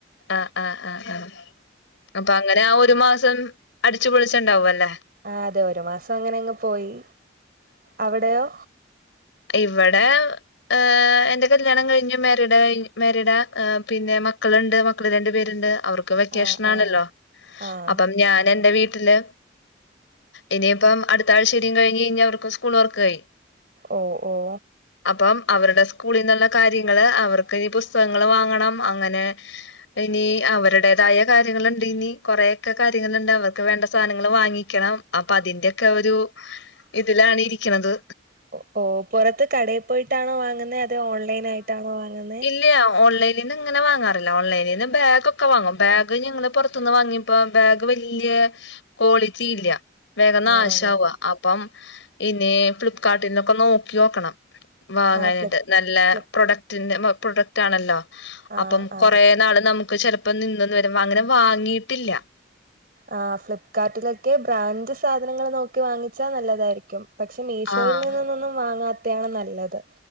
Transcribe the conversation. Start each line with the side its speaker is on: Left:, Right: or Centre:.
Left: ആഹ് ആഹ് ആഹ് അപ്പൊ അങ്ങനെ ആഹ് ഒരു മാസം അടിച്ചുപൊളിച്ച് ഇണ്ടാവും അല്ലേ
Right: ആഹ് അതെ ഒരു മാസം അങ്ങനെ അങ്ങ് പോയി അവടെയോ
Left: ഇവടെ ആഹ് എന്റെ കല്യാണം കഴിഞ്ഞ് മാരിഡായി മാരിഡാ ആഹ് പിന്നെ മക്കള് ഇണ്ട് മക്കള് രണ്ട് പേര് ഇണ്ട് അവർക്ക് വെക്കേഷനാണല്ലോ
Right: ആഹ് ആഹ് ആഹ്
Left: അപ്പം ഞാൻ എൻ്റെ വീട്ടില് ഇനി ഇപ്പം അടുത്താഴ്ചടിം കഴിഞ്ഞു കയിഞ്ഞ അവർക്ക് സ്കുള് തൊറക്കയായി
Right: ഓഹ് ഓഹ്
Left: അപ്പം അവരടെ സ്കൂളിന്ന് ഒള്ള കാര്യങ്ങള് അവർക്ക് ഇനി പുസ്തകങ്ങള് വാങ്ങണം അങ്ങനെ ഇനി അവരടേതായ കാര്യങ്ങള് ഒണ്ട് ഇനി കൊറെക്കെ കാര്യങ്ങള് ഇണ്ട് അവർക്ക് വേണ്ട സാനങ്ങള് വാങ്ങിക്കണം അപ്പൊ അതിന്റെയൊക്കെ ഒരു ഇതിലാണ് ഇരിക്കണത്
Right: ഓഹ് ഓഹ് പൊറത്ത് കടയേ പോയിട്ടാണോ വാങ്ങ്ന്നേ അതോ ഓൺലൈൻ ആയിട്ടാണോ വാങ്ങ്ന്നേ
Left: ഇല്ല്യാ ഓൺലൈൻ ഇതിങ്ങനെ വാങ്ങാറില്ല ഓൺലൈനിന്ന് ബാഗ് ഒക്കെ വാങ്ങും ബാഗ് ഞങ്ങള് പൊറത്തന്ന് വാങ്ങിയപ്പോ ബാഗ് വല്ല്യയ ക്വളിറ്റി ഇല്ല്യയാ വേഗം നശാവാ
Right: ആണല്ലേ
Left: അപ്പം ഇനി ഫ്ലിപ്കാർട്ടിനൊക്കെ നോക്കി നോക്കണം വാങ്ങാനാട്ട്
Right: ആഹ് ഫ്ലിപ്പ്
Left: നല്ലാ
Right: ഫ്ലിപ്പ്
Left: പ്രൊഡക്ടിന്റെ പ്രൊഡക്റ്റ് ആണല്ലോ
Right: ആഹ്
Left: അപ്പം
Right: ആഹ്
Left: കൊറെ നാള് നമ്മക്ക് ചെലപ്പം നിന്നന്ന് വരും അങ്ങനെ വാങ്ങിട്ടില്ലാ
Right: ആഹ് ഫ്ലിപ്കാർട്ടിലൊക്കെ ബ്രാൻഡ് സാനങ്ങള് നോക്കി വാങ്ങിച്ചാ നല്ലതാരിക്കും പക്ഷേ മീഷോല്
Left: ആഹ്
Right: നിന്ന്ന്നൊന്നും വാങ്ങാത്തേയാണ് നല്ലത്